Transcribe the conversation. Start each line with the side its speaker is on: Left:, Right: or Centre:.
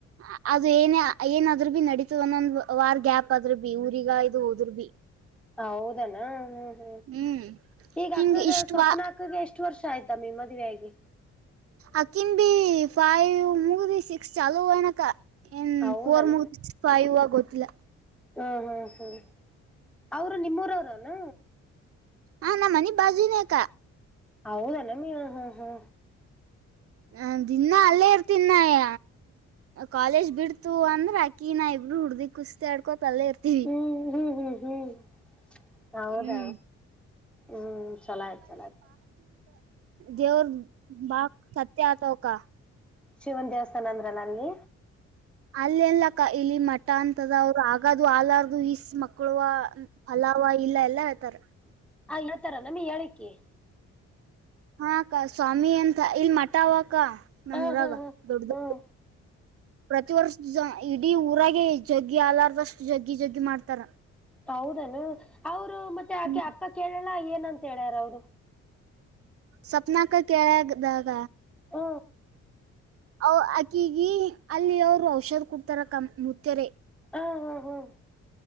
Right: ಅ ಅದು ಏನ ಏನಾದ್ರು ಬಿ ನಡೀತು ಒಂದೊಂದ್ ವಾರ್ ಗ್ಯಾಪ್ ಆದ್ರು ಬಿ ಊರಿಗ ಇದು ಉದುರ್ ಬಿ
Centre: ಹೌದನಾ ಹ
Right: ಹ್ಮ್
Centre: ಈಗ
Right: ಹಿಂಗ
Centre: ಅಕ್ಕಗ
Right: ಇಷ್ಟ
Centre: ಸ್ವಪ್ನ
Right: ವಾ
Centre: ಅಕ್ಕಗ ಎಷ್ಟ್ ಎಷ್ಟು ವರ್ಷ ಆಯ್ತಮ್ಮಿ ಮದುವೆಯಾಗಿ
Right: ಅಕಿನ್ ಬಿ ಫೈವ್ ಮುಗಿದಿ ಸಿಕ್ಸ್ ಚಾಲು ನಕ ಏನ್
Centre: ಹೌದನ
Right: ಫೋರ್ ಮುಗದ್ ಫೈವ್ ಒ ಗೋತ್ತಿಲ್ಲ
Centre: ಹ್ಮ್ ಹ್ಮ್ ಹ್ಮ್ ಅವ್ರು ನಿಮ್ಮೂರ್ ರೌನ
Right: ಆ ನಮ್ಮನಿ ಬಾಜಿನೇಕ
Centre: ಹೌದಾನಮಿ ಹ ಹಾ ಹಾ
Right: ನ ದಿನ ಅಲ್ಲೇ ಇರ್ತ ತಿನ್ನಯ ಕಾಲೇಜ್ ಬಿಡ್ತು ಅಂದ್ರೆ ಅಕಿನ ಇಬ್ಬರು ಹುಡ್ದಿ ಕುಸ್ತಿ ಆಡ್ಕೊ ಪಲ್ಲೇ ಇರ್ತೀವಿ
Centre: ಹ್ಮ್ ಹ್ಮ್ ಹ್ಮ್ ಹ್ಮ್ ಹೌದ
Right: ಹ್ಮ್
Centre: ಹ್ಮ್ ಚಲೋ ಆಯ್ತ್ ಚಲ ಆಯ್ತ
Right: ದೇವರ್ ಬಾಗ್ ಸತ್ಯ <unintelligible> ಅತ ಕ
Centre: ಶಿವನ್ ದೇವಸ್ಥಾನ ಅಂದ್ರಲ್ಲ ಅಲ್ಲಿ
Right: ಅಲ್ಲಲ್ಲಕ್ಕ ಇಲ್ಲಿ ಮಠ ಅಂತದ ಅವರು ಆಗಾದದು ಹಲಾರ್ದು ಇಸ್ ಮಕ್ಳ ಫಲ ಯಾವ ಇಲ್ಲ ಎಲ್ಲಾ ಹೇಳ್ತಾರ
Centre: <unintelligible> ಹ ಹೇಳ್ತರ ನಮಗೆ ಹೇಳಕ್ಕೆ
Right: ಹಾ ಅಕ್ಕ ಸ್ವಾಮಿ ಅಂತ ಇಲ್ ಮಠ ಅವಕ್ಕ ನಮ್
Centre: ಹಾ
Right: ಊರಾಗ
Centre: ಹಾ ಹಾ
Right: ದೊಡ್ದು
Centre: ಹ್ಮ್
Right: ಪ್ರತಿ ವರ್ಷದ ಇಡೀ ಊರಾಗೆ ಜಗ್ಗಿ ಆಲಾರ್ದಷ್ಟು ಜಗ್ಗಿ ಜಗ್ಗಿ ಮಾಡ್ತಾರ.
Centre: ಹೌದನು ಅವ್ರು ಮತ್ತೆ ಆಕೆ
Right: ಹ್ಮ
Centre: ಅಕ್ಕ ಕೇಳಲ್ಲ ಏನಂತ ಹೇಳ್ಯಾರ ಅವ್ರು.
Right: ಸಪ್ನಾಕ ಕೆಳಗ್ ದಾಗ
Centre: ಹ
Right: ಅ ಆಕಿಗಿ ಅಲ್ಲಿ ಅವರು ಔಷಧ ಕೊಡ್ತಾರ ಕ ಮುತ್ಯರೆ.
Centre: ಹಾ ಹಾ ಹ್ಮ್